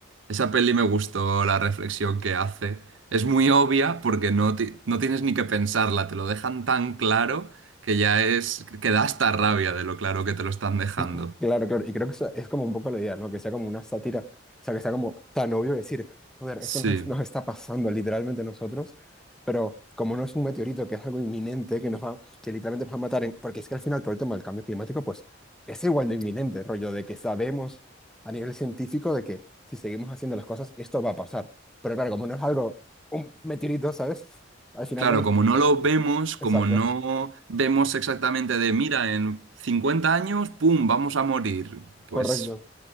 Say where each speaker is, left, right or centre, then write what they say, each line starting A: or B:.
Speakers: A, on the right; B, in the centre.
A: Esa peli me gustó la reflexión que hace. Es muy obvia porque no, ti- no tienes ni que pensarla, te lo dejan tan claro que ya es, que da hasta rabia de lo claro que te lo están dejando.
B: Y- claro, claro, y creo que esa es como un poco la idea, ¿no? Que sea como una sátira, o sea, que sea como tan obvio decir, joder,
A: Sí,
B: esto nos, es- nos está pasando literalmente a nosotros, pero como no es un meteorito, que es algo inminente, que nos va, que literalmente nos va a matar, en- porque es que al final todo el tema del cambio climático, pues es igual de inminente, rollo, de que sabemos a nivel científico de que si seguimos haciendo las cosas, esto va a pasar. Pero claro, como no es algo, un meteorito, ¿sabes? Al final
A: claro,
B: no lo...
A: como no lo vemos, como
B: Exacto,
A: no vemos exactamente de, mira, en 50 años, ¡pum!, vamos a morir. Pues,
B: correcto.